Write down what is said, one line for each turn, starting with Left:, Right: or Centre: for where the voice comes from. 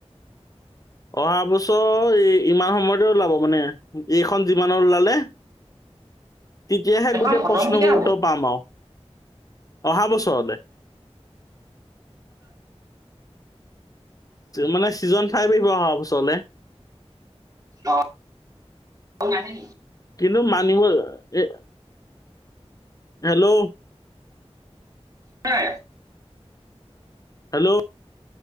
Left: অহা বছৰ এই ইমান সময়তে ওলাব মানে এইখন যিমানৰ ওলালে। তেতিয়াহে
Right: এখন
Left: গোটেই
Right: খতম
Left: প্ৰশ্নবোৰ
Right: কেতিয়া হ'ব
Left: উত্তৰ পাম আৰু। অহা বছৰলে মানে ছিজন ফাইভ আহিব অহাৰ ওচৰলে
Right: অ আৰু নাহে নেকি
Left: কিন্তু মানিব এ হেল্ল'
Right: ন <unintelligible>
Left: হেল্ল'